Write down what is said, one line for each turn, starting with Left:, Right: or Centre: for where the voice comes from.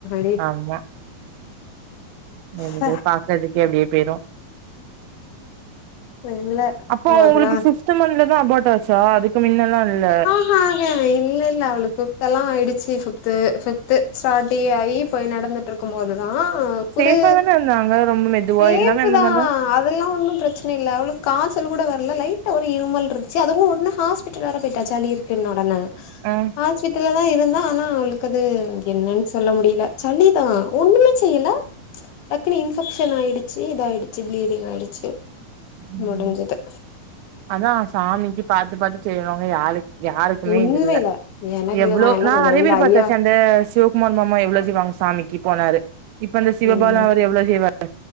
Left: டி
Right: அம்மா <unintelligible>
Left: ச,
Right: பாக்குறதுக்கே அப்டியே போயிரு
Left: இல்ல
Right: அப்போ
Left: போகலா
Right: உங்களுக்கு பிஃப்த் மன்த்லதா அபாட் ஆச்சா அதுக்கு முன்னல்லா இல்ல
Left: ஆஹா இல்லல்ல அவளுக்கு ஃபிஃப்த்தெல்லா ஆய்டுச்சு ஃபிஃப்து ஃபிஃப்து ஸ்டாட்டே ஆயி போய் நடந்து ட்ருக்கும்போதுதா
Right: சேஃபா
Left: ஒரு
Right: தான இருந்தாங்க ரொம்ப மெதுவா
Left: சேஃப்ஃபு
Right: எல்லாமே அந்த
Left: தா
Right: மாரிதா
Left: அதல்லா ஒன்னு ப்ரச் ச்சன இல்ல அவளுக்கு காச்சல் கூட வரல லைட்டா ஒரு இருமல் இருந்துச்சு அதுவு ஒன்னு ஹாஸ் பிடல் வேற போயிட்டா சளி இருக்குன்ன ஒடன
Right: ஆ
Left: ஹாஸ்பிட்டல்ல தா இருந்தா ஆனா அவளுக்கு அது என்னனு சொல்ல முடில சளிதா ஒண்ணுமே செய்யல டக்குனு இன்பெக்ஷன் ஆயிடுச்சு இதாய்டுச்சு பிளீடிங் ஆயிடுச்சு
Right: ம்
Left: முடிஞ்சுது
Right: அதா சாமிக்கு பாத்து பாத்து செய்ரவங்க யாரு யாருக்குமே
Left: உண்மையில
Right: இல்ல
Left: எனக்கு இல்ல
Right: எவ்ளோ
Left: எல்லா
Right: நா
Left: சொல்லுவே
Right: நெறைய
Left: இந்த
Right: பேர
Left: ஐயா
Right: பாத்தாச்சு அந்த சிவ குமார் மாமா எவ்ளோ சிவாங்க சாமிக்கு போனாரு இப்ப அந்த சிவபாலா
Left: ம்
Right: அவரு எவ்ளோ செய்வாரு